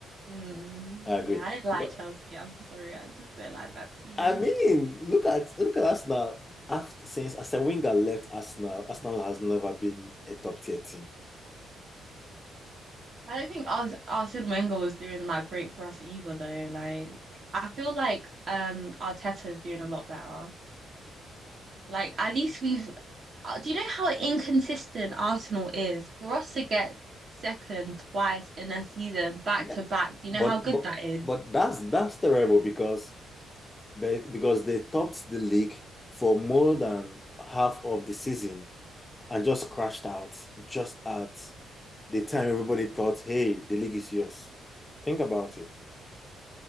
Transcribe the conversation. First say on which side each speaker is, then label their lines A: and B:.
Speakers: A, on the right; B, on the left.
A: Mm.
B: I agree.
A: Yeah, I didn't like
B: Because
A: Chelsea. I'm sorry, I just don't like that team.
B: I mean, look at look at Arsenal. After since Arsene Wenger left Arsenal, Arsenal has never been a top tier team.
A: I don't think Ars Arsene Wenger was doing that great for us either, though. Like, I feel like um Arteta is doing a lot better. Like at least we've. uh, Do you know how inconsistent Arsenal is? For us to get second twice in a season, back
B: Yeah,
A: to back. Do you
B: But
A: know how good
B: but
A: that is?
B: but that's that's terrible because because they topped the league for more than half of the season and just crashed out just at the time everybody thought, hey, the league is yours. Think about it.